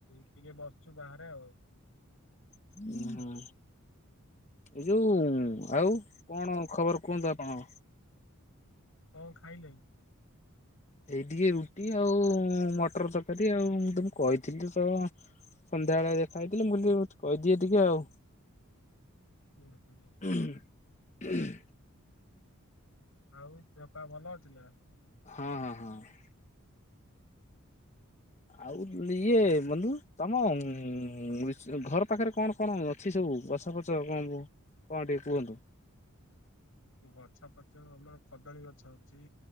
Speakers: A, on the left; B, on the left.
A: ଟିକେ ବସଚୁ ବାହାରେ ଆଉ।
B: <unintelligible> ହଁ ଏ ଯୋଉଁ ଆଉ କଣ ଖବର କୁହନ୍ତୁ ଆପଣଙ୍କ?
A: କଁ ଖାଇଲେଇଁ?
B: ଏଇ ଟିକେ ରୁଟି ଆଉ ମଟର ତରକାରୀ ଆଉ ମୁଁ ତମୁକୁ କଇଥିଲି ତ ସ ସନ୍ଧ୍ୟାବେଳେ ଦେଖା ହେଇଥିଲେ ମୁଁ କଇଲି ଟିକେ କହିଦିଏ ଟିକେ ଆଉ।
A: ଉଁ ହୁଁ।
B: <inaudible>
A: ଆଉ ଦେହ ପା ଭଲ ଅଛି ନା?
B: ହଁ ହଁ ହଁ। ଆଉ ଲିଏ ବନ୍ଧୁ ତମ ଉଁ <unintelligible> ଘର ପାଖେରେ କଣ କଣ ଅଛି ସବୁ ଗଛ ଫଛ କଁ <unintelligible> କଁ ଟିକେ କୁହନ୍ତୁ?
A: ଗଛ ଫଚ ଆମର କଦଳୀ ଗଛ ଅଛି